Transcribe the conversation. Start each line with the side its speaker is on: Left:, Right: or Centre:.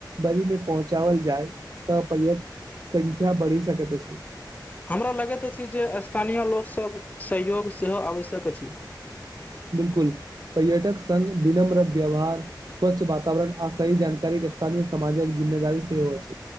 Right: बलीमे पहुँचाबल जाए तऽ पर्यट संख्या बढ़ि सकैत अछि
Left: हमरा लगैत अछि जे स्थानीय लोकसभ सहयोग सेहो आवश्यक अछि
Right: बिलकुल पर्यटक संघ विनम्र व्यवहार स्वच्छ वातावरण आ सही जानकारी के स्थानय समाजक जिम्मेदारी सेहो अछि